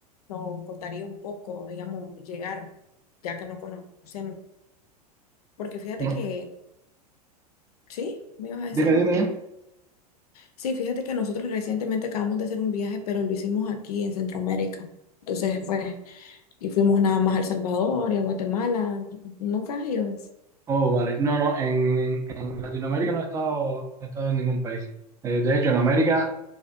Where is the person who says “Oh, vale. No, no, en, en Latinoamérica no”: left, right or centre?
Right